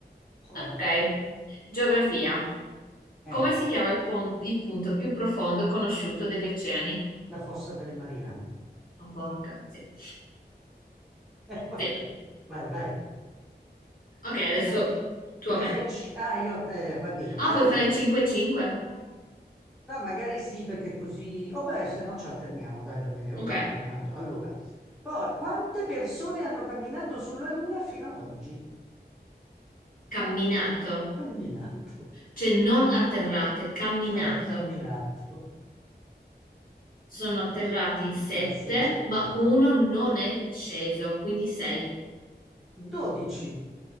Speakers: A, in the centre; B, on the left.
A: ora-
B: ok. Geografia.
A: eh,
B: Come si chiama il pon- il punto più profondo conosciuto degli oceani?
A: la fossa delle Marianne.
B: Ma porca, sì.
A: Eh, vabbè.
B: Sì.
A: Vai, vai.
B: Ok, adesso
A: Fac-
B: tu
A: Me
B: a
A: ne
B: me.
A: fai ci... Ah, io... eh, va bene.
B: Ah,
A: Allora,
B: vuoi fare 5-5?
A: Mm, ah, magari sì, perché così... Oh beh, se no ci alterniamo, dai, va bene, è uguale,
B: Ok.
A: tanto. Allora, poi, quante persone hanno camminato sulla Luna fino ad oggi?
B: Camminato.
A: Camminato.
B: Cioè non atterrate, camminato.
A: No, camminato.
B: Sono atterrati
A: <laughs>
B: in 7,
A: Te la sei cercata.
B: ma uno non è sceso, quindi 6.
A: 12.